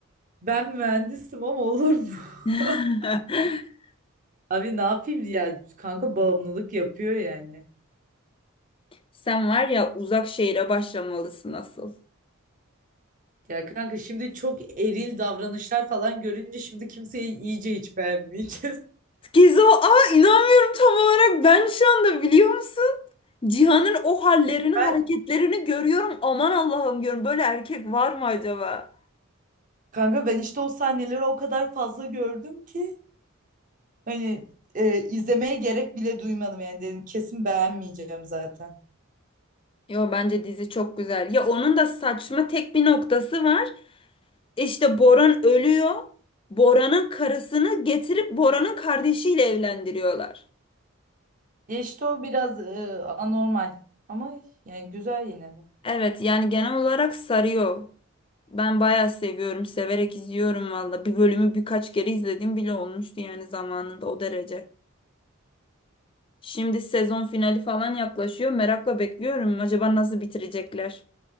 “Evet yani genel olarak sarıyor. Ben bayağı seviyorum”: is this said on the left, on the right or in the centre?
Left